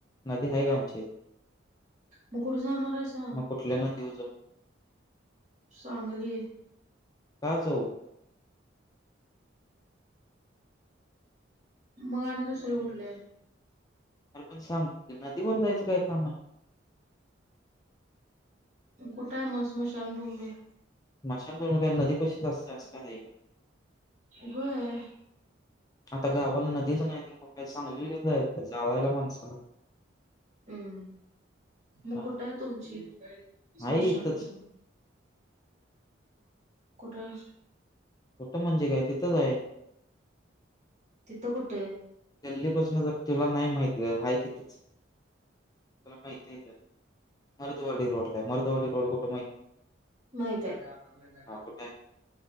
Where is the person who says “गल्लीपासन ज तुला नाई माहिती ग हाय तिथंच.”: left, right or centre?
Left